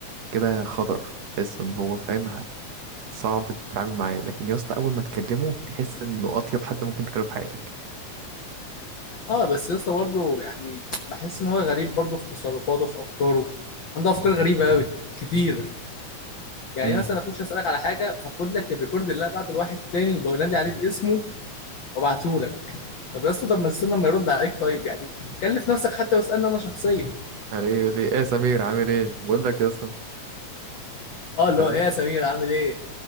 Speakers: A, on the right (about 65°); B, on the left (about 50°).
A: كده خطر تحسه ان هو فاهم ه- صعب تتعامل معاه لكن يا اسطى اول ما تكلمه تحس انه اطيب حد ممكن تكلمه في حياتك
B: اه بس يا اسطى برضه يعني بحس ان هو غريب برضه في تصرفاته في افكاره عنده افكار غريبه قوي كتير يعني
A: امم
B: مثلا اخش اسالك على حاجه فاخد لك الريكورد اللي انا بعته لواحد تاني وبنادي عليه باسمه وابعته لك طب يا اسطى طب ما تستنى ما يرد عليك طيب يعني كلف نفسك حتى واسالني انا شخصيا
A: يعني ايه يقول لي ايه يا سمير عامل ايه بقول لك يا اسطى مش
B: اه اللي
A: فاهم
B: هو ايه يا سمير عامل ايه